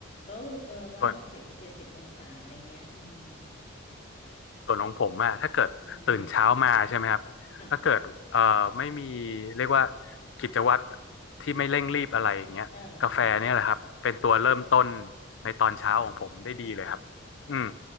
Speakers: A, on the left (about 35°); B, on the left (about 65°).
A: ก็เออประมาณหกสิบไปเจ็ดสิบองศาอะไรเงี้ยอืม
B: ส่วนส่วนของผมอะถ้าเกิดตื่นเช้ามาใช่ไหมครับถ้าเกิดเอ่อไม่มี
A: อืมค่ะ
B: เรียกว่ากิจวัตรที่ไม่เร่งรีบอะไรอย่างเงี้ยกาแฟเนี่ยแหละครับเป็นตัวเริ่มต้น
A: เออเออ
B: ในตอนเช้าของผมได้ดีเลยครับอืม